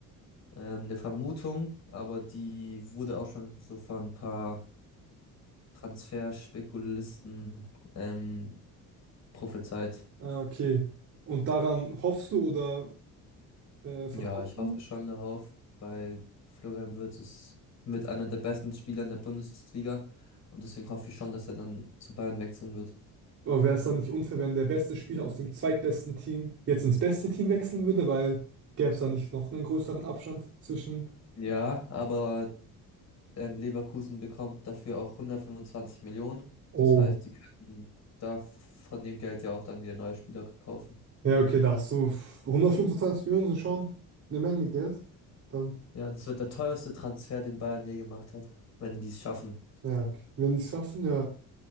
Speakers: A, on the left (about 50°); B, on the right (about 40°).
A: ähm, eine Vermutung, aber die wurde auch schon so von ein paar Transferspekulisten ähm, prophezeit.
B: Ah, okay. Und daran hoffst du oder äh, vertraust
A: Ja, ich
B: du?
A: hoffe schon darauf, weil Florian Wirtz ist mit einer der besten Spieler in der Bundesliga. Und deswegen hoffe ich schon, dass er dann zu Bayern wechseln wird.
B: Aber wäre es dann nicht unfair, wenn der beste Spieler aus dem zweitbesten Team jetzt ins beste Team wechseln würde, weil gäbe es da nicht noch einen größeren Abstand zwischen.
A: Ja, aber ähm, Leverkusen bekommt dafür auch 125 Millionen.
B: Oh,
A: Das heißt, die könnten da von dem Geld ja auch dann wieder neue Spieler kaufen.
B: ja, okay, da hast du f- 125 Millionen sind schon eine Menge Geld. Dann,
A: Ja, das wird der teuerste Transfer, den Bayern je gemacht hat, wenn die es schaffen.
B: ja, okay. Wenn die es schaffen, ja.